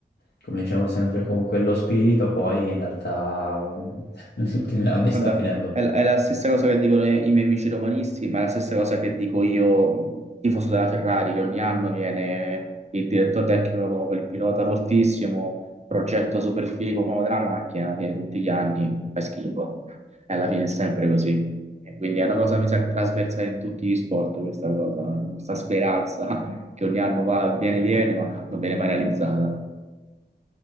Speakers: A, on the left; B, on the right.
A: Cominciamo sempre con quello spirito, poi in realtà mh, <laughs> negli ultimi anni
B: Guarda,
A: sta finendo un
B: è,
A: po'.
B: la è la stessa cosa che dicono i, i miei amici romanisti, ma è la stessa cosa che dico io, tifoso della Ferrari, che ogni anno viene il direttore tecnico nuovo, il pilota fortissimo, progetto super figo nuovo della macchina, alla fine tutti gli anni fa schifo. E alla fine è sempre così. E quindi è una cosa, mi sa, trasversale in tutti gli sport, questa cosa, questa speranza che ogni anno va, viene, viene, ma non viene mai realizzata.